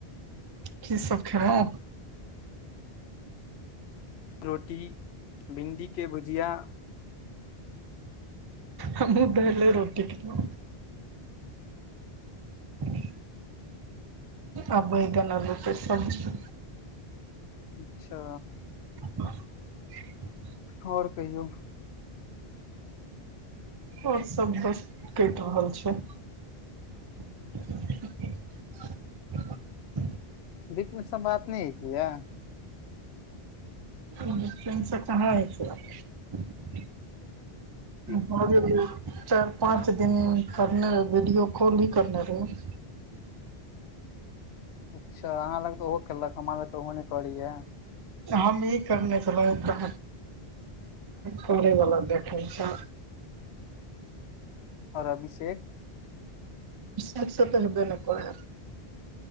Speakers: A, on the right (about 35°); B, on the left (about 80°).
A: की सब खेलहुँ
B: रोटी भिण्डी के भुजिया
A: हमहुँ दालि रोटी खैलियै <inaudible> आ बैगन आलु के सब्जी
B: अच्छा
A: <inaudible>
B: आओर कहियौ
A: आओर सब बस कटि रहल छै <inaudible>
B: बिपीन सँ बात नहि होय छेलैये
A: बिपीन से कहाँ होय छै
B: <inaudible>
A: भऽ गेलै चारि पाँच दिन करने रहै वीडियो कॉल ही करने रहै
B: अच्छा अहाँ लग तऽ ओहो केलक हमरा लग तऽ ओहो नहि करैये
A: हमहीं करने छलहु करैवला देखै छै
B: आओर अभिषेक
A: अभिषक सऽ तऽ हबै नइ करै